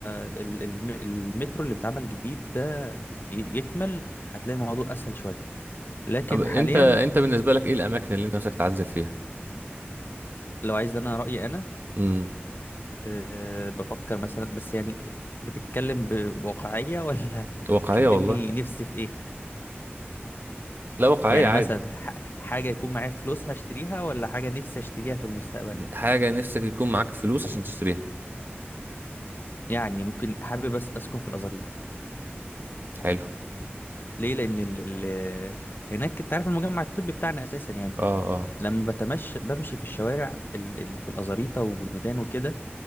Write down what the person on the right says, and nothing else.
طب انت
انت بالنسبة لك ايه الاماكن اللي انت نفسك تعزل فيها
امم
واقعية والله
لا واقعية
عادي
حاجة نفسك يكون معاك فلوس عشان تشتريها
حلو
اه اه